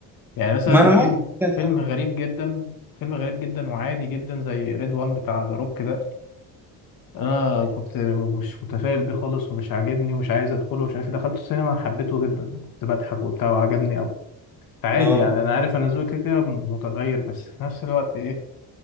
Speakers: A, on the left (about 55°); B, in the centre.
A: يعني مثلا
B: ما أنا
A: فيلم
B: معاك يعني
A: فيلم
B: آه
A: غريب جدا فيلم غريب جدا وعادي جدا زي ريد وان بتاع ذا روك ده انا كنت مش متفائل بيه خالص ومش عاجبني ومش عايز ادخله ومش عارف إيه. دخلته السينما حبيته جدا كنت بضحك وبتاع وعجبني قوي فعادي
B: آه،
A: يعني انا عارف انا ذوقي كده كده متغير بس في نفس الوقت ايه